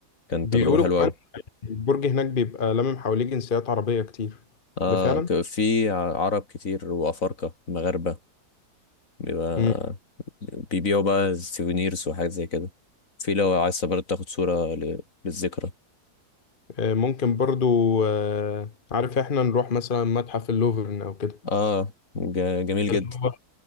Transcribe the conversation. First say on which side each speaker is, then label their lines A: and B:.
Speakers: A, on the left; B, on the left.
A: كانت
B: بيقولوا
A: تجربة حلوة
B: كمان
A: قوي
B: البرج هناك بيبقى لامم حواليه جنسيات عربية كتير
A: اه
B: ده فعلا؟
A: ك- في ع- عرب كتير وافارقة مغاربة بيبقى
B: مم.
A: بيبيعوا بقى سيفونيرز وحاجات زي كده في لو عايز برضه تاخد صورة ل- للذكرى
B: آه، ممكن برضو آه، عارف إحنا نروح مثلا متحف اللوفر أو كده
A: اه ج- جميل جدا
B: اللي هو